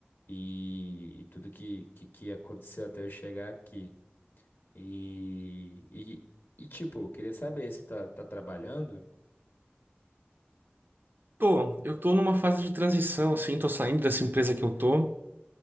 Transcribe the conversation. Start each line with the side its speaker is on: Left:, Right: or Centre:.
Left: e, e tudo que, que, que aconteceu até eu chegar aqui. E, e, e tipo, eu queria saber se tá, tá trabalhando?
Right: Tô, eu tô numa fase de transição, assim, tô saindo dessa empresa que eu tô